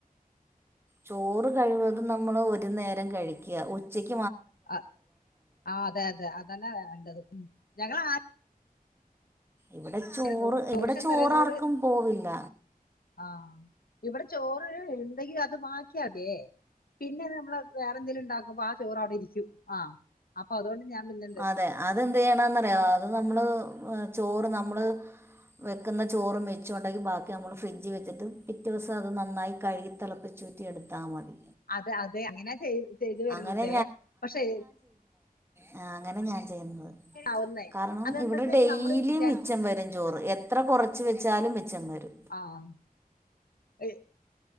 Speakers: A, on the right; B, on the left.
A: ചോറ് കഴിവതും നമ്മള് ഒരു നേരം കഴിക്യാ ഉച്ചക്
B: അ ആ അതേതെ അതെന്നേയ് വേണ്ടത് ഞങ്ങളാ
A: ഇവിടെ ചോറ്
B: ചോറ്
A: ഇവിടെ ചോറാർക്കും
B: <unintelligible>
A: പോവില്ല
B: ആഹ ഇവിടെ ചോറ് ഇണ്ടെങ്കി അത് ബാക്കിയതേ പിന്നെ ത് നമ്മള് വേറെ ന്തേലും ഇണ്ടാക്കുമ്പോ ആ ചോറവിടെ രിക്കും ആ അപ്പൊ തോണ്ട് ഞാൻ പിന്നെന്തു
A: അതെ അതെന്ത് യ്യണന്നറിയോ അത് നമ്മള് ങ് ചോറ്നമ്മ്‌ ള് വെക്കുന്ന ചോറ്മിച്ചോണ്ടെങ്കി ബാക്കി നമ്മള് ഫ്രിഡ്ജജി വെച്ചിട്ട് പിറ്റ വസം അത് നന്നായി കഴുകി തിളപ്പിച് കുറ്റിയെടുത്താ മതി
B: അതെ അതെ അങ്ങനാ ചെയ് ചെയ്തു വരുന്നതേ
A: അങ്ങനെ
B: പക്ഷെ
A: ആ അങ്ങനെ ഞാൻ ചെയ്യുന്നത്
B: ആവുന്നേ
A: കാരണം
B: അതെന്താ
A: ഇവിടെ
B: വെച്ചാല്
A: ഡെയിലി
B: നമ്മള് വിചാരിച്ച
A: മിച്ചം വരുംചോറ് എത്ര കൊറച്ച് വെച്ചാലും വെച്ചന്നരും
B: ആആഹ് എ